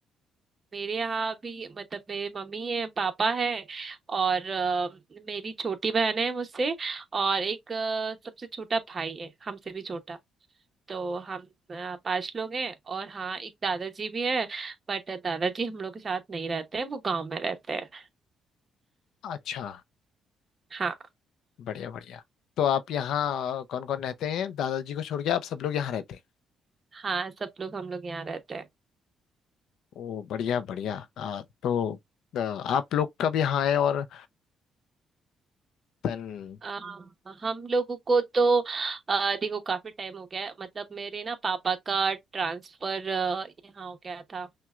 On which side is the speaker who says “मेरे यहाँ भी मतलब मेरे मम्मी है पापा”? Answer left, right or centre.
Right